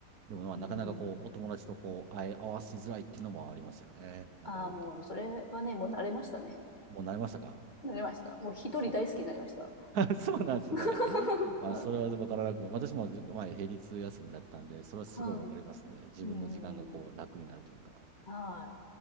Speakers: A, on the right (about 65°); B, on the left (about 30°).
A: でも、まあ、
B: うん。
A: なかなかこう、お友達とこう、会え合わせづらいっていうのもありますよね。なんかある意味で。
B: ああ、もう、それはね、もう慣れましたね。
A: もう慣れましたか
B: 慣れました。もう一人大好きになりました。
A: <laughs> そう。<laughs> そうなんですね。
B: <laughs>
A: まあ、
B: うん
A: それは分からなく、私も前平日休みだったんで、それはすごい分かりますね。
B: はい。
A: 自分の時間がこう楽になるというか。
B: うんうんうん。はい。